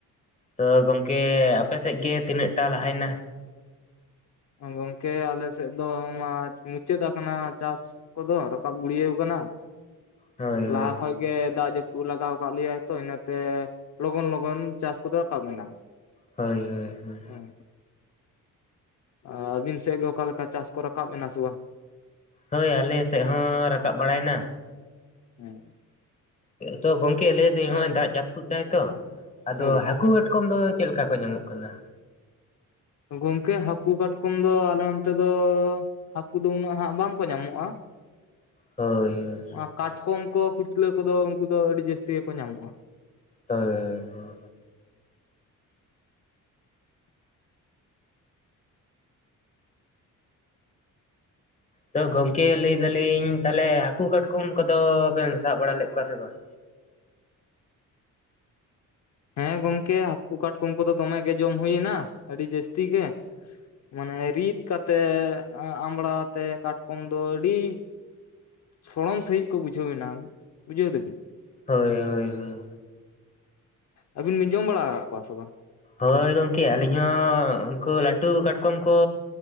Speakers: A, on the left; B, on the left.
A: ᱛᱚ ᱜᱚᱢᱠᱮ ᱟᱯᱮᱥᱮᱜ ᱜᱮ ᱛᱤᱱᱟᱹᱜ ᱴᱟ ᱞᱟᱦᱟᱭᱱᱟ?
B: ᱜᱚᱝᱠᱮ ᱟᱞᱮ ᱥᱮᱫ ᱫᱚ ᱢᱟ ᱢᱩᱪᱟᱹᱫ ᱟᱠᱟᱱᱟ ᱪᱟᱥ᱾ ᱠᱚᱫᱚ ᱨᱟᱠᱟᱵ ᱜᱩᱲᱤᱭᱟᱹᱣ ᱟᱠᱟᱱᱟ᱾
A: ᱦᱳᱭ ᱦᱳᱭ
B: ᱞᱟᱦᱟ ᱠᱷᱚᱡ ᱜᱮ ᱫᱟᱜ ᱡᱟᱹᱯᱩᱫ ᱞᱟᱜᱟᱣ ᱠᱟᱜ ᱞᱮᱭᱟᱭ ᱛᱚ ᱤᱱᱟᱹ ᱛᱮ᱾ ᱞᱚᱜᱚᱱ ᱞᱚᱜᱚᱱ ᱪᱟᱥ ᱠᱚᱫᱚ ᱨᱟᱠᱟᱵ ᱮᱱᱟ᱾
A: ᱦᱳᱭ ᱦᱳᱭ ᱦᱳᱭ,
B: ᱦᱚᱭ ᱟᱹᱵᱤᱱ ᱥᱮᱫ ᱜᱮ ᱚᱠᱟ ᱞᱮᱠᱟ ᱪᱟᱥ ᱠᱚ ᱨᱟᱠᱟᱵ ᱮᱱᱟ ᱥᱮ ᱵᱟᱝ?
A: ᱦᱟᱹᱭ ᱟᱞᱮ ᱥᱮᱜ ᱦᱚᱸ ᱨᱟᱠᱟᱵ ᱵᱟᱲᱟᱭᱮᱱᱟ᱾
B: ᱦᱮᱸ᱾
A: ᱛᱚ ᱜᱚᱝᱠᱮ ᱞᱟᱹᱭᱫᱟᱹᱧ ᱱᱚᱜᱼᱚᱭ ᱫᱟᱜᱽ ᱡᱟᱯᱩᱫ ᱫᱟᱭ ᱛᱚ ᱟᱫᱚ
B: ᱦᱳᱭ
A: ᱦᱟᱹᱠᱩ ᱠᱟᱴ ᱠᱚᱢ ᱫᱚ ᱪᱮᱫ ᱞᱮᱠᱟ ᱠᱚ ᱧᱟᱢᱚᱜ ᱠᱟᱱᱟ,
B: ᱜᱚᱝᱠᱮ ᱦᱟᱹᱠᱩ ᱠᱟᱴᱠᱚᱢ ᱫᱚ ᱟᱞᱮ ᱚᱱᱛᱮ ᱫᱚ ᱦᱟᱹᱠᱩ ᱫᱚ ᱩᱱᱟᱹᱜ ᱦᱟᱸᱜ ᱵᱟᱝᱠᱚ ᱧᱟᱢᱚᱜᱼᱟ᱾
A: ᱦᱳᱭ ᱦᱳᱭ,
B: ᱚᱱᱟ ᱠᱟᱴᱠᱚᱢ ᱠᱚ ᱠᱩᱪᱞᱟᱹ ᱠᱚᱫᱚ ᱩᱱᱠᱩ ᱫᱚ ᱟᱹᱰᱤ ᱡᱟᱹᱥᱛᱤ ᱜᱮᱠᱚ ᱧᱟᱢᱚᱜᱼᱟ᱾
A: ᱦᱚᱭ ᱦᱚᱭ᱾ ᱛᱚ ᱜᱚᱝᱠᱮ ᱞᱟᱹᱭ ᱫᱟᱞᱤᱧ ᱛᱟᱦᱚᱞᱮ ᱦᱟᱹᱠᱩ ᱠᱟᱴᱠᱚᱢ ᱠᱚᱫᱚ ᱵᱮᱱ ᱥᱟᱵ ᱵᱟᱲᱟ ᱞᱮᱫ ᱠᱚᱣᱟ ᱥᱮ ᱵᱟᱝ?
B: ᱦᱮᱸ ᱜᱚᱝᱠᱮ ᱦᱟᱹᱠᱩ ᱠᱟᱴᱠᱚᱢ ᱠᱚᱫᱚ ᱫᱚᱢᱮ ᱜᱮ ᱡᱚᱢ ᱦᱩᱭᱱᱟ ᱟᱹᱰᱤ ᱡᱟᱹᱥᱛᱤ ᱜᱮ᱾ ᱢᱟᱱᱮ ᱨᱤᱫ ᱠᱟᱛᱮᱜ ᱟᱸᱢᱵᱟᱲᱟᱛᱮ ᱠᱟᱴᱠᱚᱢ ᱫᱚ ᱟᱹᱰᱤ, ᱥᱚᱲᱚᱢ ᱥᱟᱹᱦᱤᱡ ᱠᱚ ᱵᱩᱡᱷᱟᱹᱣᱱᱟ ᱵᱩᱡᱷᱟᱹᱣ ᱫᱟᱹᱵᱤᱱ᱾
A: ᱦᱳᱭ, ᱦᱳᱭ ᱦᱳᱭ
B: ᱟᱹᱵᱤᱱ ᱵᱤᱱ ᱡᱚᱢ ᱵᱟᱲᱟ ᱟᱠᱟᱛ ᱠᱚᱣᱟ ᱥᱮ ᱵᱟᱝ?
A: ᱦᱳᱭ ᱜᱚᱢᱠᱮ ᱟᱹᱞᱤᱧ ᱦᱚᱸ ᱩᱱᱠᱩ ᱞᱟᱹᱴᱩ ᱠᱟᱴᱠᱚᱢ ᱠᱚ